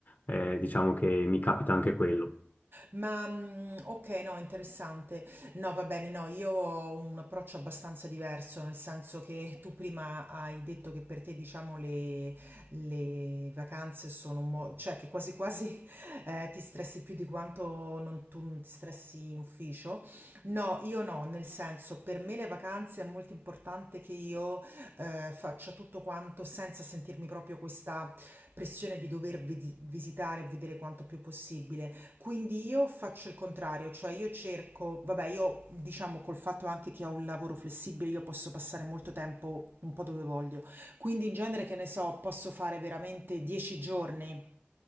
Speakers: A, on the left; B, on the right.
A: eh, diciamo che mi capita anche quello.
B: Ma, mhmm, okay, no, interessante. No, va bene, no, io ho un approccio abbastanza diverso, nel senso che tu prima hai detto che per te, diciamo, le le vacanze sono un mo cioè che quasi quasi, <laughs> ehm, ti stressi più di quanto non tu non ti stressi in ufficio. No, io no, nel senso, per me le vacanze è molto importante che io, ehm, faccia tutto quanto senza sentirmi proprio questa pressione di dover vedi visitare e vedere quanto più possibile. Quindi io faccio il contrario, cioè io cerco, vabbè, io diciamo col fatto anche che ho un lavoro flessibile, io posso passare molto tempo un po' dove voglio. Quindi in genere, che ne so, posso fare veramente 10 giorni